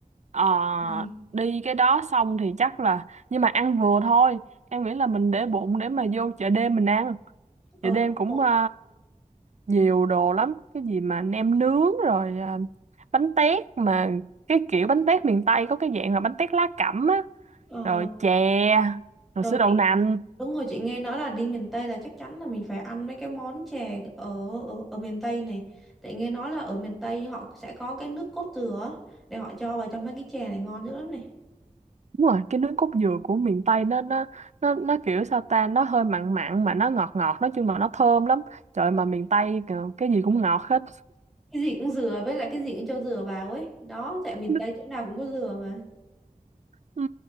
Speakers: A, on the right (about 55°); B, in the centre.
A: Ờ,
B: Ừ.
A: đi cái đó xong thì chắc là nhưng mà ăn vừa thôi em nghĩ là mình để bụng để mà vô chợ đêm mình ăn
B: Ờ,
A: chợ đêm
B: đúng
A: cũng
B: rồi.
A: ờ, nhiều đồ lắm cái gì mà nem nướng rồi à, bánh tét mà cái kiểu bánh tét miền Tây có cái dạng là bánh tét lá cẩm á
B: Ờ,
A: rồi chè rồi
B: rồi
A: sữa đậu
B: chị
A: nành
B: đúng rồi chị nghe nói là đi miền Tây là chắc chắn là mình phải ăn mấy cái món chè ở ở, ở miền Tây này. Tại nghe nói là ở miền Tây họ sẽ có cái nước cốt dừa á, để họ cho vào trong mấy cái chè này ngon dữ lắm này.
A: đúng rồi cái nước cốt dừa của miền Tây nó nó nó nó kiểu sao ta nó hơi mặn mặn mà nó ngọt ngọt nói chung là nó thơm lắm trời mà miền Tây kìa, cái gì cũng ngọt hết
B: Cái gì cũng dừa với lại cái gì cũng cho dừa vào ấy. Đó, tại
A: <laughs>
B: miền Tây chỗ nào cũng có dừa mà.
A: ừ.